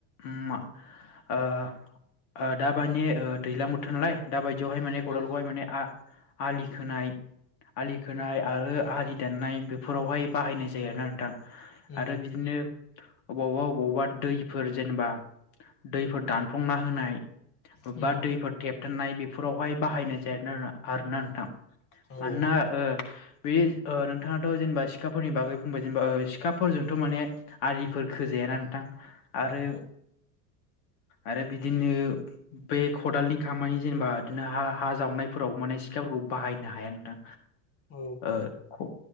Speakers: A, on the left (about 50°); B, on the left (about 25°).
A: ओम मा ओ ओ दा बानि दैलां बोथोर नालाय दा बाय दियावहाय माने खदालखौहाय
B: औ
A: माने आ आलि खोनाय आलि खोनाय आरो आलि दाननाय बेफोरावहाय बाहायनाय जायो आरोना नोंथां।
B: उम
A: आरो बिदिनो अबावबा -अबावबा दैफोर जेनेबा दैफोर दानफ्लंना होनाय बबेबा
B: उम
A: दैफोर थेबथेनाय बेफोरावहाय बाहायनाय जाया आरोना नोंथां।
B: औ
A: मोनोना ओ बि ओ नोंथाङाथ' जेनेबा सिखाफोरनि बागै बुंबाय जेनेबा ओ सिखाफोरजोंथ' माने आलिफोर खोजाया ना नोंथां आरो
B: ओहो
A: आरो बिदिनो बे खदालनि खामानि जेनेबा बिदिनो हा हा जावनायफोराव माने सिखाफोरखौ बाहायनो हाया नोंथां।
B: औ
A: ओ